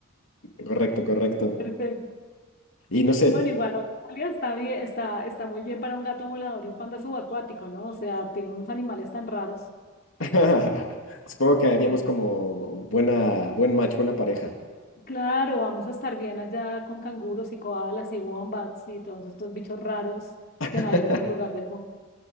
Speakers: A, on the left; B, on the left.
A: Correcto, correcto.
B: <laughs> Perfecto.
A: Y no sé,
B: Bueno, igual Australia está bien, está, está muy bien para un gato volador y un panda subacuático, ¿no? O sea, tiene unos animales tan raros
A: <laughs> supongo que haríamos
B: que,
A: como buena, buen match, buena pareja.
B: claro, vamos a estar bien allá con canguros y koalas y wombats y todos estos bichos raros
A: <laughs>
B: que no hay en otro lugar del mundo.